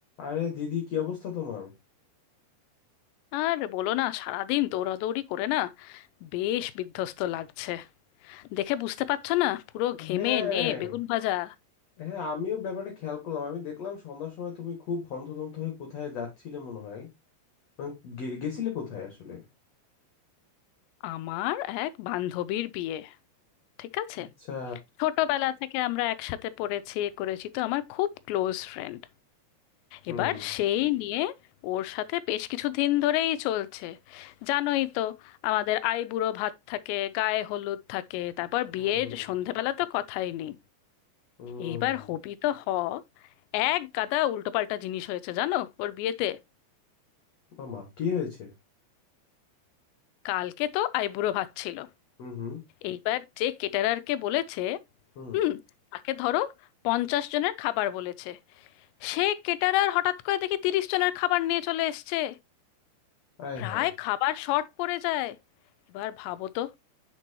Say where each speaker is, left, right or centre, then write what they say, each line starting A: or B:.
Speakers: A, on the left (about 50°); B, on the left (about 85°).
A: আরে দিদি কি অবস্থা তোমার
B: আর বলো না সারাদিন দৌড়াদৌড়ি করে না বেশ বিধ্বস্ত লাগছে দেখে বুঝতে পারছো না পুরো ঘেমে
A: হ্যাঁ
B: নে বেগুন ভাজা
A: হ্যাঁ আমিও ব্যাপারটা খেয়াল করলাম আমি দেখলাম সন্ধ্যার সময় তুমি খুব হন্তদন্ত হয়ে কোথায় যাচ্ছিলে মনে হয় মানে গে- গেছিলে কোথায় আসলে
B: আমার এক বান্ধবীর বিয়ে ঠিক আছে
A: আচ্ছা
B: ছোটবেলা থেকে আমরা একসাথে পড়েছি এ করেছি তো আমার খুব ক্লোজ ফ্রেন্ড
A: হুম
B: এবার সেই নিয়ে ওর সাথে বেশ কিছু দিন ধরেই চলছে জানোই তো আমাদের আইবুড়ো ভাত থাকে গায়ে হলুদ থাকে তারপর
A: হুম
B: বিয়ের
A: হুম
B: সন্ধেবেলা তো কথাই নেই
A: হুম
B: এইবার হবি তো হ এক গাদা উল্টোপাল্টা জিনিস হয়েছে জানো ওর বিয়েতে
A: মামা কি হয়েছে
B: কালকে তো আইবুড়ো ভাত ছিল
A: হুম হুম
B: এইবার যে কেটারারকে বলেছে
A: হুম
B: হুম তাকে ধরো পঞ্চাশ জনের খাবার বলেছে সে কেটারার হঠাৎ করে দেখি তিরিশ জনের খাবার নিয়ে চলে এসছে
A: আয়
B: প্রায়
A: হায়
B: খাবার শর্ট পড়ে যায় এবার ভাবো তো